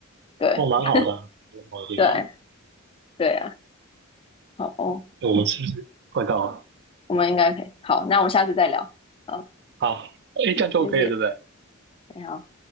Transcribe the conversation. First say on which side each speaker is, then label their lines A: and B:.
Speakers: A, on the left; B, on the right.
A: 对
B: 哦，蛮好的啊，蛮好的，挺好的
A: 对对啊。好哦，
B: 诶我们是不是快到了？
A: 我们应该可以。好，那我们下次再聊。好，
B: 好，哎，这样就
A: 谢谢，
B: OK 了，对不对？
A: 你好。